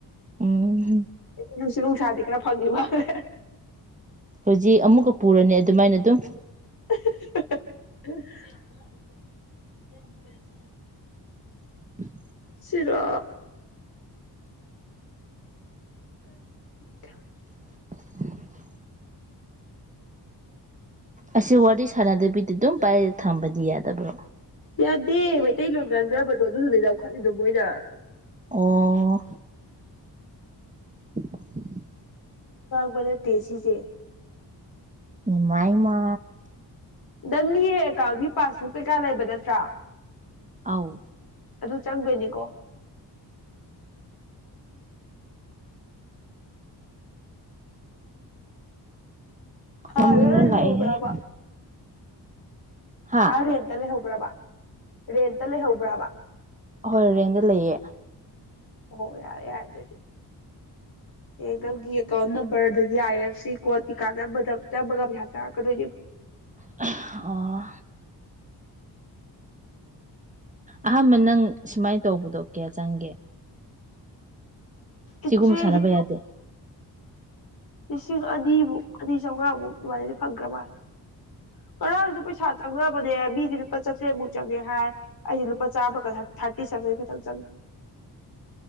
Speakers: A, on the right (about 20°); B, on the left (about 60°).
A: ꯎꯝ
B: ꯅꯨꯡꯁꯤꯠ ꯅꯨꯡꯁꯥꯗꯤ ꯈꯔ ꯐꯪꯉꯤ ꯃꯥꯜꯂꯦ
A: ꯍꯧꯖꯤꯛ ꯑꯃꯨꯛꯀ ꯄꯨꯔꯅꯤ ꯑꯗꯨꯃꯥꯏꯅ ꯑꯗꯨꯝ
B: <inaudible>
A: <inaudible>
B: ꯁꯤꯔ ꯀ
A: <inaudible> ꯑꯁꯤ ꯋꯥꯔꯤ ꯁꯥꯟꯅꯗꯕꯤꯗꯤ ꯑꯗꯨꯝ ꯄꯥꯏꯔ ꯊꯝꯕꯗꯤ ꯌꯥꯗꯕ꯭ꯔꯣ
B: ꯌꯥꯗꯦ ꯃꯩꯇꯩꯂꯣꯟ ꯉꯥꯡꯅꯕꯗꯣ ꯑꯗꯨꯗꯨꯗꯤ ꯂꯧꯈꯠꯂꯤꯗꯣ ꯃꯣꯏꯅ
A: ꯑꯣ <inaudible>
B: ꯒ ꯇꯦꯁꯤꯁꯦ
A: ꯏꯃ ꯏꯃ
B: ꯅꯪꯒꯤ ꯑꯦꯀꯥꯎꯟꯒꯤ ꯄꯥꯁꯕꯨꯛ ꯀꯩꯀꯥ ꯂꯩꯕ ꯅꯠꯇ꯭ꯔꯥ
A: ꯑꯥꯎ
B: ꯑꯗꯨ ꯆꯪꯒꯅꯤꯀꯣ
A: ꯌꯥꯝꯅ
B: ꯑ꯭ꯔꯦ
A: ꯂꯥꯛꯑꯦꯍꯦ
B: ꯍꯣꯕ꯭ꯔꯕ
A: ꯍꯥ
B: ꯑꯥ ꯔꯦꯟꯇ ꯂꯩꯍꯧꯕ꯭ꯔꯕ ꯔꯦꯟꯇ ꯂꯩꯍꯧꯕ꯭ꯔꯥꯕ
A: ꯍꯣꯏ ꯔꯦꯟꯗ ꯂꯩꯌꯦ
B: ꯑꯣ ꯌꯥꯔꯦ ꯌꯥꯔꯦ ꯑꯗꯨꯗꯤ ꯑꯦꯗꯝꯒꯤ ꯀꯥꯎꯅ ꯔꯗꯒꯤ ꯑꯥꯏ ꯑꯦꯐ ꯁꯤ ꯀꯣꯔꯠ ꯀꯩ ꯀꯥꯗ ꯅꯝꯃꯒ ꯄꯩꯁꯥ ꯆꯥꯔꯛꯀꯗꯣꯏꯅꯦꯕ
A: ꯑꯣ ꯑꯍꯥꯟꯕ ꯅꯪ ꯁꯨꯃꯥꯏꯅ ꯇꯧꯕꯗꯣ ꯀꯌꯥ ꯆꯪꯒꯦ
B: ꯏꯆꯦꯒꯤꯗꯣ
A: ꯁꯤꯒꯨꯝꯕ ꯁꯥꯟꯅꯕ ꯌꯥꯗꯦ
B: ꯂꯤꯁꯤꯡ ꯑꯅꯤꯃꯨꯛ ꯑꯅꯤ ꯆꯥꯝꯃꯉꯥꯃꯨꯛ ꯑꯗꯨꯃꯥꯏꯅꯗꯤ ꯐꯪꯈ꯭ꯔ ꯃꯥꯜꯂꯦ ꯉꯔꯥꯡꯁꯨ ꯄꯩꯁꯥ ꯆꯪꯉꯕꯅꯦ ꯃꯤꯗꯤ ꯂꯨꯄꯥ ꯆꯥꯇ꯭ꯔꯦꯠꯃꯨꯛ ꯆꯪꯉꯦ ꯍꯥꯏ ꯑꯩꯗꯤ ꯂꯨꯄꯥ ꯆꯥꯝꯃ ꯊꯥꯔꯇꯤ ꯁꯚꯦꯟ ꯈꯛꯇꯪ ꯆꯪꯉꯤ